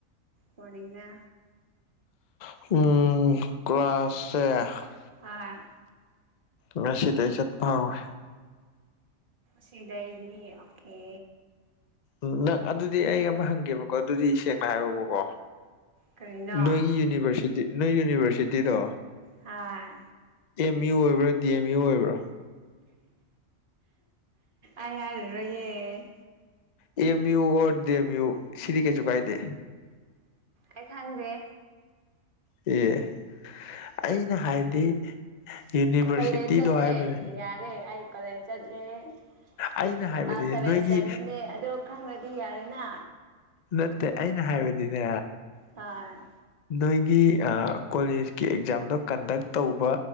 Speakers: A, on the right (about 40°); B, on the left (about 60°).
A: ꯃꯣꯔꯅꯤꯡꯗ
B: ꯑꯪ ꯀꯂꯥꯁ ꯁꯦ
A: ꯑ
B: ꯉꯁꯤꯗꯩ ꯆꯠ ꯍꯧꯏ
A: ꯁꯤꯗꯩ ꯑꯣꯀꯦ
B: ꯎ ꯅꯪ ꯑꯗꯨꯗꯤ ꯑꯩ ꯑꯃ ꯍꯪꯒꯦꯕꯀꯣ ꯑꯗꯨꯗꯤ ꯁꯦꯡꯅ ꯍꯥꯏꯌꯣꯕꯀꯣ
A: ꯀꯔꯤꯅꯣ
B: ꯅꯣꯏꯒꯤ ꯌꯨꯅꯤꯚꯔꯁꯤ ꯅꯣꯏ ꯌꯨꯅꯤꯚꯔꯁꯤꯇꯤꯗꯣ
A: ꯍꯥ
B: ꯑꯦꯝ ꯌꯨ ꯑꯣꯏꯕ꯭ꯔꯥ ꯗꯤ ꯑꯦꯝ ꯌꯨ ꯑꯣꯏꯕ꯭ꯔꯥ
A: ꯑꯩ ꯍꯥꯢꯔꯔꯣꯢꯒꯦ
B: M U or DM U ꯁꯤꯗꯤ ꯀꯩ ꯆꯨ ꯀꯥꯏꯗꯦ
A: ꯑꯩ ꯈꯪꯒꯦ
B: ꯑꯦ ꯑꯩꯅ ꯍꯥꯏꯗꯤ ꯌꯨꯅꯤꯚꯔꯁꯤꯇꯤꯗꯣ
A: ꯀꯂꯦꯁ ꯆꯠꯂꯦ
B: ꯍꯥꯏꯕꯅꯦ
A: ꯌꯥꯔꯦ ꯑꯩ ꯀꯣꯂꯦꯁ ꯆꯠꯂꯦ
B: ꯑꯩꯅ
A: ꯁꯤꯛꯁ
B: ꯍꯥꯏꯕꯗꯤ
A: ꯁꯚꯦꯟ
B: ꯅꯣꯏꯒꯤ
A: ꯁꯕꯗꯅꯦ ꯑꯗꯣ ꯈꯪꯉ꯭ꯔꯗꯤ ꯌꯥꯔꯦꯗꯅ
B: ꯅꯠꯇꯦ ꯑꯩꯅ ꯍꯥꯏꯕꯗꯤꯅꯦ
A: ꯍꯥ
B: ꯅꯣꯏꯒꯤ ꯀꯣꯂꯦꯖꯀꯤ ꯑꯦꯛꯖꯥꯝꯗꯣ ꯀꯟꯗꯛ ꯇꯧꯕ